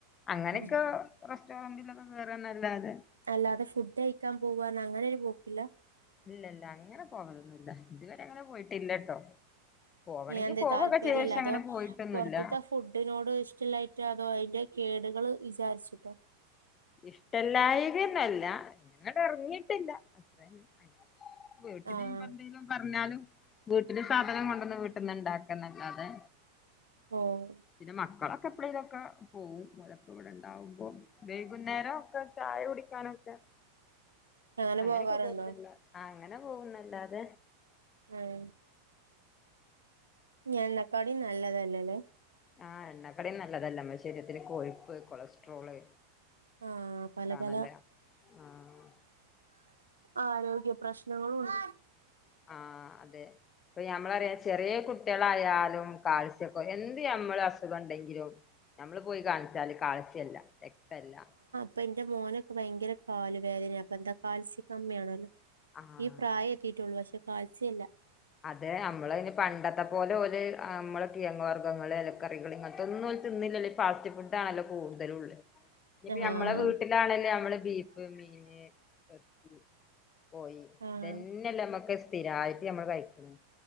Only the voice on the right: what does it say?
ഉം
അല്ലാതെ ഫുഡ് കയിക്കാൻ പോവ്വാർണ് അങ്ങനെ ഒരു പോക്കില്ല
ഏ എന്തേ
താല്പര്യല്ല
അതോ
പൊറത്ത്ത്തെ ഫുഡിനോട് ഇഷ്ടല്ലായ്റ്റാ അതോ ഐന്റെ കേട്കള് വിചാരിച്ചിട്ടാേ
ആഹ്
ഓഹ്
അങ്ങനെ
പോകാറുണ്ടോ
ഏഹ് ഇഞ്ഞ് എണ്ണക്കടിം നല്ലതെല്ലലെ
ആഹ് പല
പല
ആരോഗ്യ പ്രശ്നങ്ങളുണ്ട്
ഇപ്പ ഇന്റെ മോനൊക്കെ ഭയങ്കര കാല് വേദെനയാ അപ്പൊ എന്താ കാൽസ്യം കമ്മിയാണല്ലോ
ഈ പ്രായം എത്തീട്ടൊള്ളൂ പഷെ കാത്സ്യല്ല
ആഹ്
ആഹ്